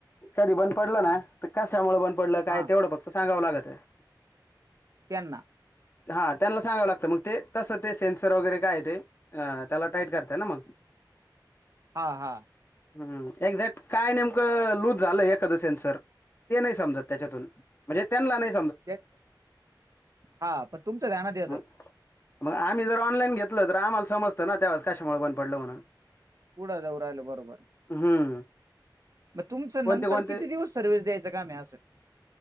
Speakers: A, on the left (about 30°); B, on the right (about 45°).
A: कधी बंद पडलं ना तर कशामुळे बंद पडलं
B: हा
A: काय तेवढं फक्त सांगवं लागलं <unintelligible>
B: त्यांना
A: हा त्यांला सांगावं लागतं मग ते तसं ते सेन्सर वगैरे काय हे ते हं... त्याला टाईट करता ना मग
B: हा हा
A: हं.. एक्झॅक्ट काय नेमकं लूज झालय एखादं सेनसर ते नाही समजत त्याच्यातून म्हणजे तेनला नही
B: ते हा पण तुमचं ध्यानात येतं.
A: मग मग आम्ही जर ऑनलाईन घेतलं तर, आम्हाला समजतं ना त्यावेळेस कशामुळे बंद पडलं म्हणून
B: पुढं जाऊ राहिलो बरोबर
A: हम्म
B: मग तुमचं
A: कोणते
B: नंतर
A: कोणते
B: किती दिवस सर्विस द्यायचं काम हे असं